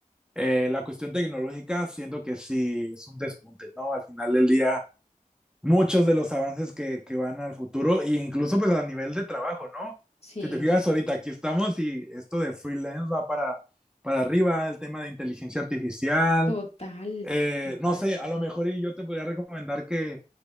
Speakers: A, in the centre; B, on the left.
A: Eh, la cuestión tecnológica, siento que sí es un despunte, ¿no? Al final del día, muchos de los avances que, que van al futuro, e incluso pues a nivel de trabajo, ¿no?
B: sí,
A: Si te fijas ahorita, aquí estamos y esto de freelance va para, para arriba, el tema de inteligencia artificial,
B: total,
A: eh,
B: total.
A: no sé, a lo mejor y yo te podría recomendar que,